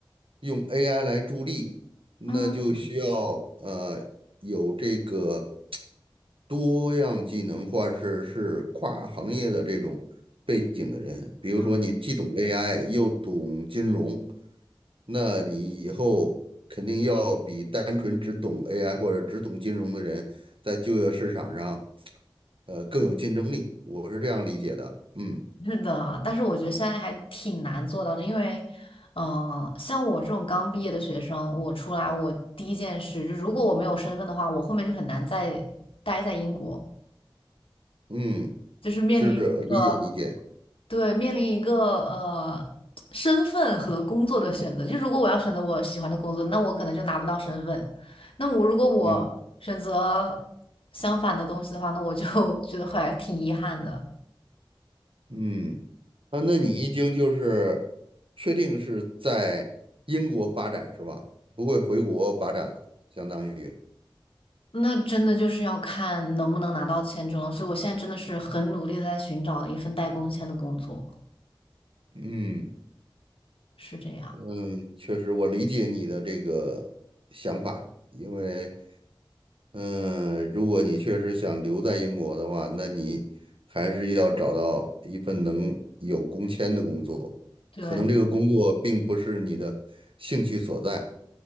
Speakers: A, on the right; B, on the left.
A: 用 AI 来助力，那就需要呃有这个
B: 嗯
A: 多样技能或者是是跨行业的这种背景的人，比如说你既懂
B: 嗯
A: AI 又懂金融。那你以后肯定要比单纯只懂 AI 或者只懂金融的人，在就业市场上，呃，更有竞争力。我是这样理解的。嗯
B: 是的，但是我觉得现在还挺难做到的，因为，嗯、像我这种刚毕业的学生，我出来我第一件事，就如果我没有身份的话，我后面就很难再待在英国，
A: 嗯，
B: 就是面临一个
A: 是理解理解。
B: 对，面临一个呃身份和工作的选择。就如果我要选择我喜欢的工作，那我可能就拿不到身份。那我如果我选择
A: 嗯
B: 相反的东西的话，那我就 <laughs> 觉得还挺遗憾的。
A: 嗯，啊，那你已经就是确定是在英国发展是吧？不会回国发展了，相当于。
B: 那真的就是要看能不能拿到签证了。所以我现在真的是很努力的在寻找一份带工签的工作，
A: 嗯
B: 是这样。
A: 嗯，确实，我理解你的这个想法，因为。嗯，如果你确实想留在英国的话，那你还是要找到一份能有工签的工作。
B: 对，
A: 可能这个工作并不是你的兴趣所在。